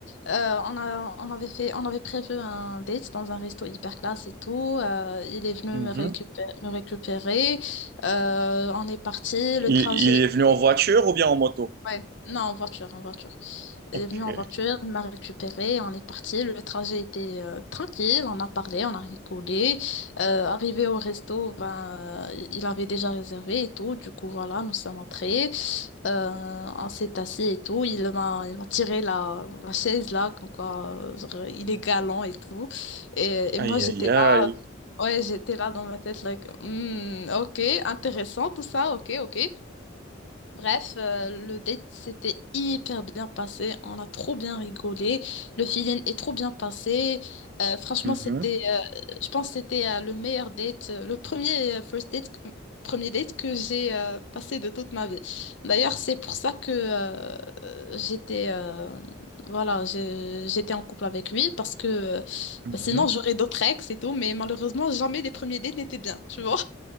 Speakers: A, on the left; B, on the right.
A: euh, on a, on avait fait, on avait prévu un date dans un resto hyper classe et tout. Euh, il est venu
B: Mhm.
A: me récupérer, me récupérer. Euh, on est parti. Le
B: Il,
A: trajet
B: il
A: était-
B: est venu en voiture ou bien en moto?
A: Ouais, non, en voiture, en voiture. Elle
B: Ok.
A: est venue en voiture, elle m'a récupérée, on est parti. Le trajet était euh, tranquille, on a parlé, on a rigolé. Euh, arrivé au resto, ben, euh, il avait déjà réservé et tout. Du coup, voilà, nous sommes entrés, euh, on s'est assis et tout. Il m'a, il m'a tiré la, la chaise là, comme quoi euh, genre, il est galant et tout. Et, et
B: Aïe,
A: moi, j'étais
B: aïe, aïe.
A: là, ouais, j'étais là dans ma tête, like, Hmm, ok, intéressant tout ça, ok, ok. Bref, euh, le date s'était hyper bien passé, on a trop bien rigolé, le feeling est trop bien passé. Euh, franchement,
B: Mhm,
A: c'était, euh, je pense que c'était euh, le meilleur date, euh, le premier euh, first date, que- premier date que j'ai euh, passé de toute ma vie. D'ailleurs, c'est pour ça que euh, euh, j'étais, euh, voilà, j'ai- j'étais en couple avec lui parce que euh,
B: mhm.
A: bah, sinon j'aurais d'autres ex et tout, mais malheureusement jamais les premiers dates n'étaient bien, tu vois.